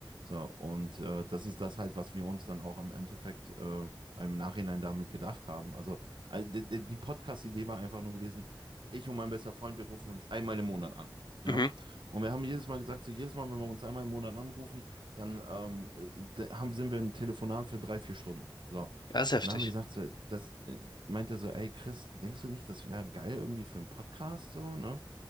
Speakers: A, on the right; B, on the left.
A: So, und äh, das ist das halt, was wir uns dann auch im Endeffekt äh, im Nachhinein damit gedacht haben. Also, äh, die, die die Podcast-Idee war einfach nur gewesen, ich und mein bester Freund, wir rufen uns einmal im Monat an. Ja.
B: Mhm.
A: Und wir haben jedes Mal gesagt, so jedes Mal, wenn wir uns einmal im Monat anrufen, dann ähm, äh, da haben, sind wir ein Telefonat für drei, vier Stunden. So.
B: Ja, ist heftig.
A: Und dann haben wir gesagt, so, das äh, meint er so, ey Chris, denkst du nicht, das wäre geil irgendwie für einen Podcast so, ne?